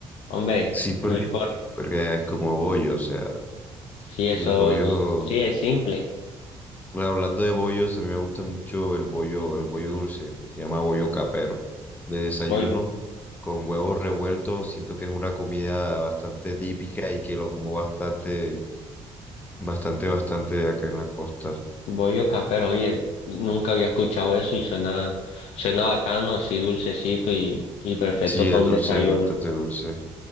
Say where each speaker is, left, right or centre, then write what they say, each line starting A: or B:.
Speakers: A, on the left; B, on the left.
A: hombre,
B: Sí, porque,
A: no importa.
B: porque es como bollo, o sea,
A: Sí, eso,
B: y el bollo,
A: es- sí es simple.
B: bueno, hablando de bollos, a mí me gusta mucho el bollo, el bollo dulce, se llama bollo capero, de desayuno,
A: Voy,
B: con huevos revueltos, siento que es una comida bastante típica y que lo como bastante, bastante, bastante acá en la costa.
A: bollo capero, oye, nunca había escuchado eso y suena, suena bacano, así dulcecito y, y perfecto
B: Sí,
A: para
B: es dulce,
A: un desayuno.
B: es bastante dulce,